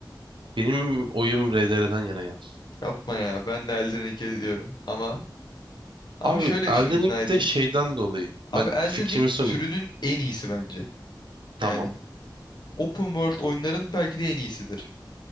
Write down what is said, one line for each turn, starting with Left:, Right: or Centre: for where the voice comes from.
Right: Benim oyum RDR'den yana ya.
Left: Yapma ya. Ben de Elden Ring'e diyorum. Ama ama
Right: Abi
Left: şöyle
Right: Elden
Left: şimdi ikna
Right: Ring'de
Left: edeyim.
Right: şeyden dolayı.
Left: Abi
Right: Ben
Left: Elden
Right: fikrimi
Left: Ring
Right: sunayım.
Left: türünün en iyisi bence.
Right: Tamam.
Left: Yani Open World oyunların belki de en iyisidir.